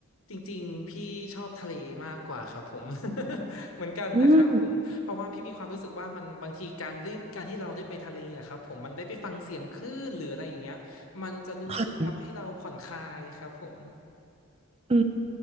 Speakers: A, on the left; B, on the right.
A: จริงๆพี่ชอบทะเลมากกว่าครับผม <laughs> เหมือนกันนะครับผมเพราะว่าพี่มีความรู้สึกว่ามันบางทีการได้การที่เราได้ไปทะเลอะครับผมมันได้ไปฟังเสียงคลื่นหรืออะไรอย่างเงี้ยมันจะรู้สึกทำให้เราผ่อนคลายครับผม
B: อืมค่ะ อื